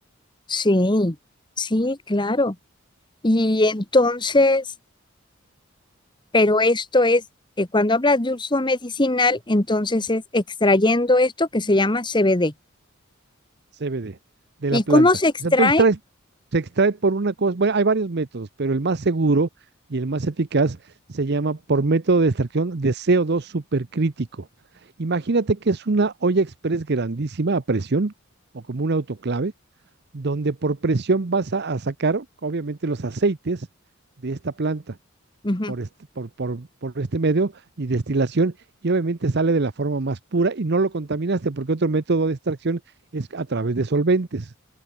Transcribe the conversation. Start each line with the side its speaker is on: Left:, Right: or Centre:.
Left: Sí, sí, claro. Y entonces, pero esto es, eh, cuando hablas de uso medicinal, entonces es extrayendo esto que se llama CBD.
Right: CBD de
Left: ¿Y
Right: la
Left: cómo
Right: planta.
Left: se extrae?
Right: O sea, tú extraes, se extrae por una cosa, bueno, hay varios métodos, pero el más seguro y el más eficaz se llama por método de extracción de co dos supercrítico. Imagínate que es una olla express grandísima a presión o como un autoclave, donde por presión vas a, a sacar obviamente los aceites de esta planta
Left: Ujú,
Right: por este, por, por, por este medio y destilación y obviamente sale de la forma más pura y no lo contaminaste porque otro método de extracción es a través de solventes,